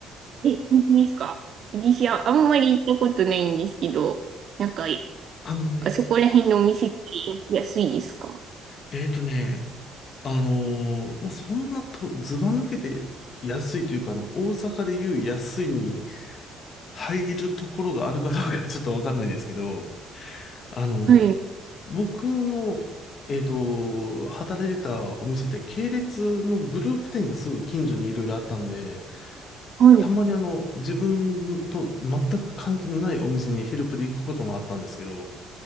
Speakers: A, on the right; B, on the left.
A: え、本当ですか私はあんまり行ったことないんですけど、なんか、
B: あのね、
A: あそこら辺のお店って安いですか
B: えっとね、あのーまあ、そんなと、ずば抜けて安いというか、あの、大阪でいう安いに入るところがあるかどうかちょっとわかんないですけど、あの、
A: はい。
B: 僕の、えっと、働いてたお店って系列のグループ店がすぐ近所にいろいろあったんで、
A: は
B: たまにあの、自分と全く関係のないお店にヘルプで行くこともあったんですけど、